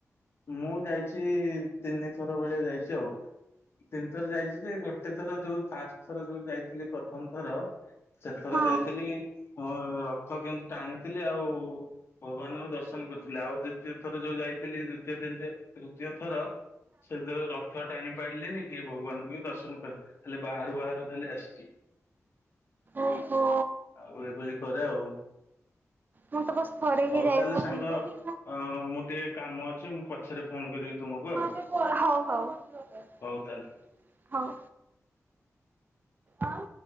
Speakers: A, on the left; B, on the right.
A: ମୁଁ ଯାଇଛି। ଚି ତିନିଥର ଭଳିଆ ଯାଇଛି ଆଉ। ତିନି ଥର ଯାଇଚି ଯେ ଗୋଟେ ଥର ଯୋଉ ଫାଷ୍ଟ ଥର ଯୋଉ ଯାଇଥିଲେ ପ୍ରଥମଥର ସେଥର
B: ହଁ।
A: ଯାଇଥିଲି ମୁ ରଥ କିନ୍ତୁ ଟାଣିଥିଲି ଆଉ ଭଗବାନଙ୍କୁ ଦର୍ଶନ କରିୁଥିଲି ଆଉ ଦ୍ଵିତୀୟ ଥର ଯୋଉ ଯାଇଥିଲି ଦ୍ୱିତୀୟ ତୃତୀୟ ଥର ସେଥିରେ ରଥ ଟାଣି ପାରିଲେନି। ସିଏ ଭଗବାନଙ୍କୁ ବି ଦର୍ଶନ କ ଖାଲି ବାହାରୁ ବାହାରୁ ଖାଲି ଆସିଛି।
B: ଓହୋ।
A: ଆଉ ଏପରି କରେ ଆଉ।
B: ମୁଁ ତ ବାସ ଥରେ
A: ହଉ
B: ହିଁ ଯାଇଥିଲି।
A: ତାହେଲେ ସାଙ୍ଗ ଅ ମୁଁ ଟିକେ କାମ ଅଛି ମୁଁ ପଛରେ ଫୋନ କରିବି ତୁମକୁ ଆଉ
B: ହୋଉ ହୋଉ ହୋଉ।
A: ହଉ ତାହେଲେ।
B: ଆଉ।